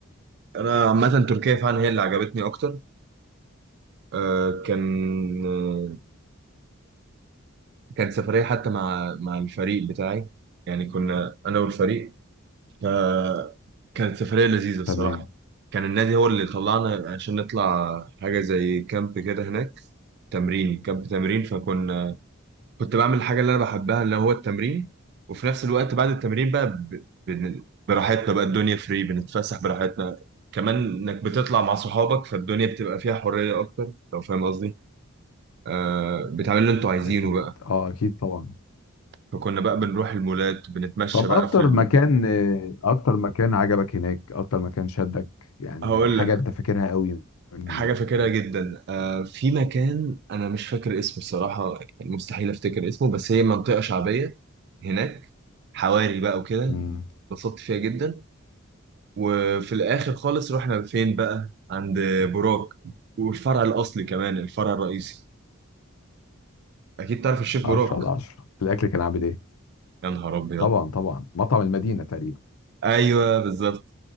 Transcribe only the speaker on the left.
تمام
اكيد
اه اكيد طبعا
طب
اكتر
مكان آه، اكتر مكان عجبك هناك اكتر مكان شدك يعني
حاجة
انت فاكرها قوي من
هناك
مم.
10 على 10 الاكل كان عامل ايه
طبعا طبعا مطعم المدينه تقريبا